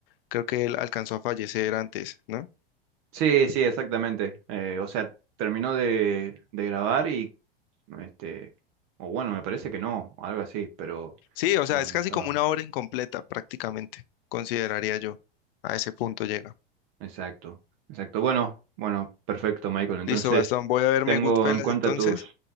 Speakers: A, on the left; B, on the right.
A: Creo que él alcanzó a fallecer antes, ¿no?
B: sí, sí, exactamente. Eh, o sea, terminó de, de grabar y, este, o bueno, me parece que no, algo así, pero
A: Sí, o sea,
B: no,
A: es
B: no
A: casi
B: estaba.
A: como una obra incompleta prácticamente, consideraría yo. A ese punto llega.
B: Exacto, exacto. Bueno, bueno, perfecto, Michael. Entonces,
A: Listo, Gastón, voy a verme
B: tengo
A: Goodfellas
B: en cuenta
A: entonces.
B: tus,